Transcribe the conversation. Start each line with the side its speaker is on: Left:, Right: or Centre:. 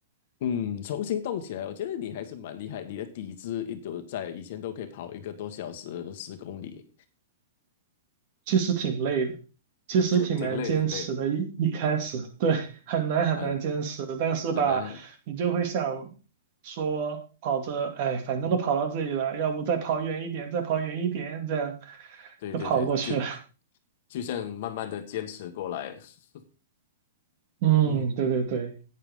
Left: 嗯，重新动起来，我觉得你还是蛮厉害，你的底子一直在，以前都可以跑一个多小时，十公里，
Right: 其实挺累的，其实挺难坚持的。
Left: <laughs> 挺累挺累，
Right: 一一开始，对，很难很难坚持，
Left: 很
Right: 但是吧，
Left: 很难。
Right: 你就会想说，跑着，哎，反正都跑到这里了，要不再跑远一点，再跑远一点，这样
Left: 对对对，
Right: 就跑过去了。
Left: 就就像慢慢的坚持过来。<laughs>
Right: <laughs> 嗯，
Left: 嗯，
Right: 对对对，